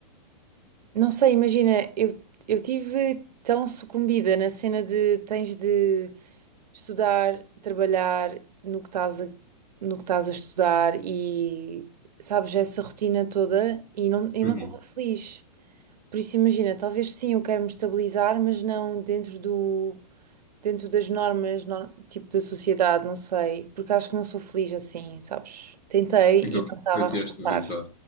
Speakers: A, on the right; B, on the left.
A: não sei, imagina, eu, eu tive tão sucumbida na cena de tens de estudar, trabalhar no que estás a, no que estás a estudar e sabes, essa rotina toda e não, eu
B: Uhum.
A: não estava feliz. Por isso, imagina, talvez sim, eu quero me estabilizar, mas não dentro do. dentro das normas, nor- tipo da sociedade, não sei, porque acho que não sou feliz assim, sabes? Tentei
B: Então,
A: e
B: o que
A: não estava
B: para
A: a resultar.
B: ti é estabilizar?